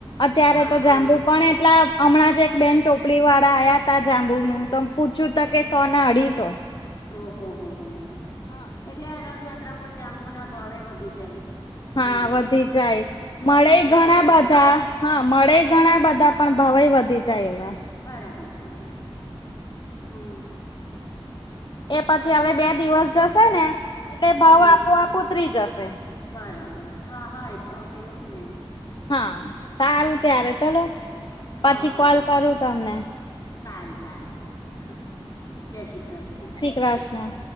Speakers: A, on the left; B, on the left.
A: અત્યારે
B: હા
A: તો
B: હા
A: જાંબુ પણ એટલા હમણાં જ એક બેન ટોપલી વાળા આયા હતા જાંબુનુંું તો પૂછ્યું ત કે સોના અઢીસો
B: ઓહો હો હો
A: હા.
B: એટલે આ રથયાત્રા પર જાંબુના ભાવે વધી જાય
A: હા
B: હમ
A: વધી જાય
B: પ્રસાદીમાં
A: મળે ઘણા
B: વધારે
A: બધા
B: લે.
A: હા મળે ઘણા બધા પણ ભાવેય વધી જાય એવા
B: બરાબર છે બરાબર છે હા
A: એ પછી અવે બે દિવસ જશે ને એટલે
B: હમ
A: ભાવો આપોઆપ ઉતરી જશે
B: બરાબર છે હા હા તો અવે એવુંજ ને
A: હા સારું ત્યારે ચલો પછી
B: હા હા
A: કોલ કરું તમને
B: સારું સારું હા જય શ્રી કૃષ્ણ
A: ક્રાસના